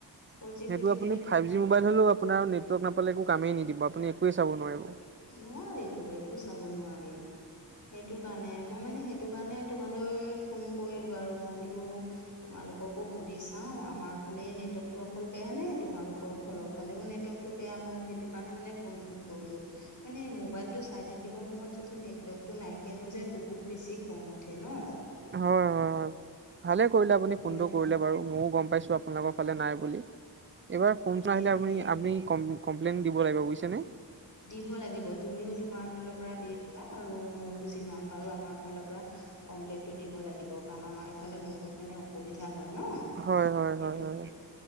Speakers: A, on the left; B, on the right.
A: ফ'ৰ জি
B: সেইটো
A: হৈ থাকিলেতো
B: আপুনি ফাইভ
A: তোমাৰ
B: জি মোবাইল হ'লেও আপোনাৰ নেটৱৰ্ক নাপালে একো কামেই নিদিব আপুনি একোৱে চাবই নোৱাৰিব
A: নোৱাৰিতো একো চাব নোৱাৰি সেইটো কাৰণে মই মানে সেইটো কাৰণে তোমালৈ ফোন কৰিলোঁ আৰু মই বোলো তোমালোককো সুধি চাওঁ আমাৰ ফালে এই নেটৱৰ্কটো কল বেয়া নে তোমালোকৰ ঘৰৰ ফালেও নেটৱৰ্কটো বেয়া মোৰ সেইটো কাৰণে মানে ফোন চোন কৰিলোঁ মানে মোবাইলটো চাই থাকিব সময়ত যদি নেট নেটৱৰ্কটো নাইকিয়া হৈ যায় বহুত বেছি খং উঠে ন
B: হয় হয় হয় ভালে কৰিলা আপুনি
A: মানে
B: ফোনটো
A: ধৰা
B: কৰিলে বাৰু ময়ও গম পাইছো আপোনালোকক ফালে নাই বুলি এইবাৰ ফোনছোন
A: সেইটোৱেই
B: আহিলে আপুনি আপুনি কমপ্লেইন দিব লাগিব বুইছে নে
A: দিব লাগিব তুমিও তোমাৰ ফালৰ পৰা দি দিবা আৰু ময়ও যিমান পাৰো আমাৰ ফালৰ পৰা কমপ্লেইনটো দিব লাগিব কাৰণ আমাৰ এইফালে বহুত মানে অসুবিধা হয় ন
B: হয় হয়
A: সেইটো
B: হয় হয়
A: কাৰণে